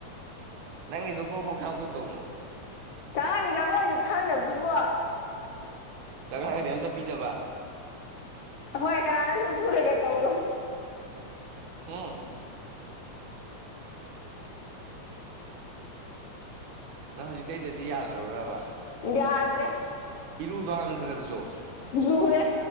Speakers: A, on the right (about 80°); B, on the left (about 65°).
A: ꯅꯪꯤ ꯑꯗꯨ ꯄ꯭ꯔꯣꯄꯣꯛꯁꯥꯒ ꯇꯧꯅꯣ
B: ꯆꯔꯥꯅꯤ ꯆꯪꯉꯣꯏꯁꯨ ꯈꯪꯗꯕꯗꯨꯕꯣ
A: ꯆꯉꯒꯔꯤ ꯑꯝꯇ ꯄꯤꯗꯕ
B: ꯍꯣꯏ ꯀꯅꯥꯅ ꯁꯨꯝ ꯄꯨꯔꯒ ꯇꯧꯔꯣ
A: ꯍꯝ ꯑꯗ ꯍꯧꯖꯤꯛꯇꯩꯗꯗꯤ ꯌꯥꯗ꯭ꯔꯕ꯭ꯔꯕ
B: ꯌꯥꯗ꯭ꯔꯦ
A: ꯏꯔꯨꯗꯍꯥꯂꯅꯒꯜꯨꯖꯣꯛꯑꯣ
B: ꯖꯨꯔꯦ